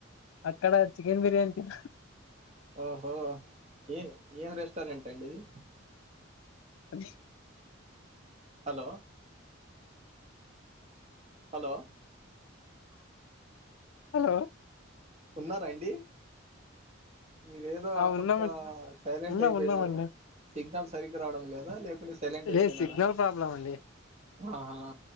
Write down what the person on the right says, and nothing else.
ఓహో ఏ ఏం రెస్టారెంట్ అండి ఇది
హలో హలో
ఉన్నారా అండి మీరు ఏదో
ఆపక్క
సైలెంట్
అయిపోయినారు
సిగ్నల్ సరిగా రావడం లేదా లే సైలెంట్
అయిపోయినారా
ఆహా